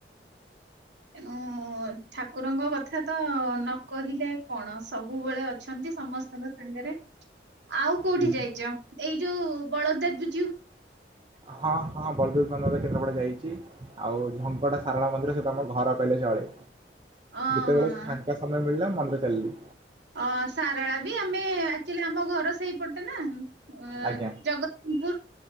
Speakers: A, on the right; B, on the right.
A: ଏଣୁ ଠାକୁରଙ୍କ କଥା ତ ନ କହିଲେ କଣ ସବୁବେଳେ ଅଛନ୍ତି ସମସ୍ତଙ୍କ ସାଙ୍ଗରେ। ଆଉ କୋଉଠି
B: ହୁଁ,
A: ଯାଇଛ ଏଇ ଯୋଉ ବଳଦେବ୍ ଜୁ
B: ହଁ ହଁ ବଳଦେବ କେନ୍ଦ୍ରାପଡା ଯାଇଚି। ଆଉ ଝଙ୍କଟା ସାରଳା ମନ୍ଦିର ସେ ତମ ଘର କହିଲେ ଚଳେ।
A: ଅଁ
B: ଯେତେବେଳେ ଫାଙ୍କା ସମୟ ମିଳିଲା ମନ୍ଦିର ଚାଲିଲି।
A: ଅ ସାରଳା ବି ଆମେ ଆକ୍ଚୁଆଲି ଆମ ଘର ସେଇପଟେ ନା। ଅ
B: ଆଜ୍ଞା
A: ଜଗତସିଂହପୁର